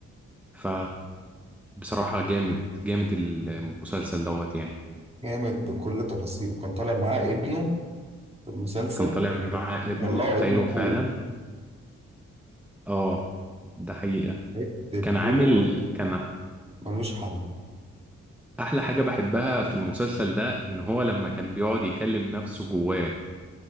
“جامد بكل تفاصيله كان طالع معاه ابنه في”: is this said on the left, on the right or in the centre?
Right